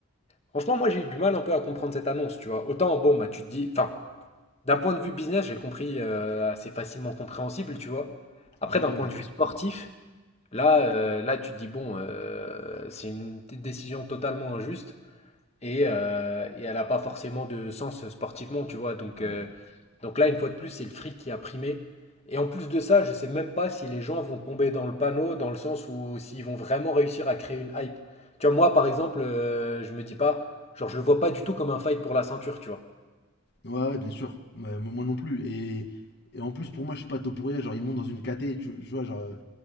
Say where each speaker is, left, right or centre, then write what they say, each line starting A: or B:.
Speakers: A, on the left; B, on the left.
A: franchement, moi j'ai eu du mal un peu à comprendre cette annonce, tu vois. Autant, bon, bah tu te dis, enfin, d'un point de vue business, j'ai compris, euh, assez facilement compréhensible, tu vois. Après,
B: Ouais, ouais,
A: d'un point de vue sportif, Là, euh, là, tu te dis, bon, euh, c'est une t- décision totalement injuste et, euh, et elle n'a pas forcément de sens sportivement, tu vois. Donc,
B: ouais.
A: euh, donc là, une fois de plus, c'est le fric qui a primé. Et en plus de ça, je sais même pas si les gens vont tomber dans le panneau, dans le sens où s'ils vont vraiment réussir à créer une hype. Tu vois, moi, par exemple, euh, je me dis pas, genre, je le vois pas du tout comme un fight pour la ceinture, tu vois.
B: Ouais, ouais, bien sûr. Ouais, moi non plus. Et, et en plus, pour moi, je suis pas Topuria, genre ils montent dans une KT, tu, tu vois, genre. euh,